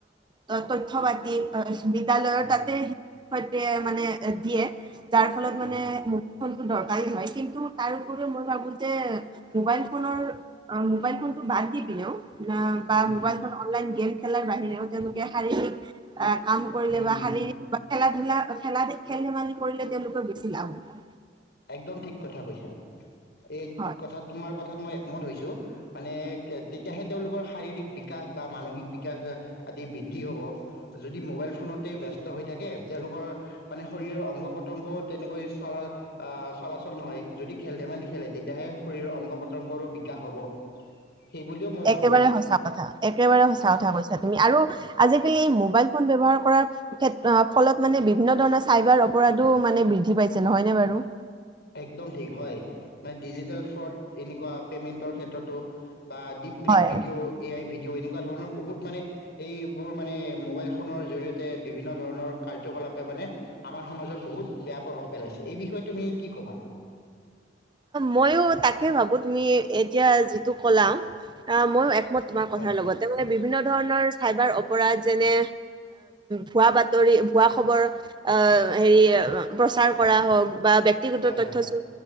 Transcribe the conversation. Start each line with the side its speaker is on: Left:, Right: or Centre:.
Right: উ তথ্য পাতি বিদ্যালয়ৰ
Left: হয়
Right: তাতে সৈতে মানে দিয়ে যাৰ ফলত
Left: হয়
Right: মানে মো ফোনটো দৰকাৰী হয় কিন্তু তাৰ উপৰিও মই ভাবো যে মোবাইল ফোনৰ অ মোবাইল ফোন টো বাদ দি পিনে অ ন বা
Left: উম,
Right: মোবাইল ফোন অ অননলাইন গেম খেলাৰ বাহিৰেও তেওঁলোকে শাৰীৰিক আহ কাম কৰিলে
Left: উম,
Right: বা
Left: উম,
Right: শাৰীৰিক খেলা ধূলা খেলা খেল ধেমালি কৰিলে তেওঁলোকৰ বেছি লাভ হ'ব
Left: একদম ঠিক কথা কৈছা এই
Right: হয়।
Left: কথা তোমাৰ কথা মই একমত হৈছোঁ মানে তেতিয়াহে তেওঁলোকৰ শাৰীৰিক বিকাশ বা মানসিক বিকাশ আদি বৃদ্ধি কিহব যদি মোবাইল ফোনতে ব্যস্ত ব্যস্ত হৈ থাকে তেওঁলোকৰ মানে শৰীৰৰ অংগ প্ৰতংগও তেনেকৈ চলা অহ চলাচল নহয় যদি খেল ধেমালি খেলে তেতিয়াহে শৰীৰৰ অংগ পতংগৰো বিকাশ হ'ব সেইবুলিও মই
Right: একেবাৰে
Left: ভাবোঁ
Right: সঁচা কথা একেবাৰে সঁচা কথা কৈছা তুমি আৰু আজি কালি মো মোবাইল ফোন ব্যৱহাৰ কৰাৰ ক্ষেত্ৰত, ফলত মানে, বিভিন্ন ধৰণৰ চাইবাৰ অপৰাধো মানে বৃদ্ধি পাইছে নহয়নে বাৰু।
Left: একদম ঠিক হয়। মানে, ডিজিটেল ফ্ৰড এনেকুৱা পেমেন্টৰ ক্ষেত্ৰতো বা ডিপ ফেক
Right: হয়
Left: ভিডিঅ', এ আই ভিডিঅ' এনেকুৱা ধৰণৰ বহুত মানে, এইবোৰ মানে, মোবাইল ফোনৰ জৰিয়তে বিভিন্ন ধৰণৰ কাৰ্যকলাপে মানে আমাৰ সমাজত বহুত বেয়া প্ৰভাৱ পেলাইছে। এই বিষয়ে তুমি কি ক'বা?
Right: মইয়ো তাকে ভাবোঁ! তুমি এতিয়া যিটো ক'লা অ'! মইয়ো মই তোমাৰ কথাৰ
Left: হয়
Right: লগতে মানে বিভিন্ন ধৰণৰ চাইবাৰ অপৰাধ যেনে, ভুৱা বাতৰি, ভুৱা খবৰ আ' হেৰি প্ৰচাৰ কৰা হওঁক। বা ব্যক্তিগত
Left: হয়
Right: তথ্য
Left: হয়
Right: স্ব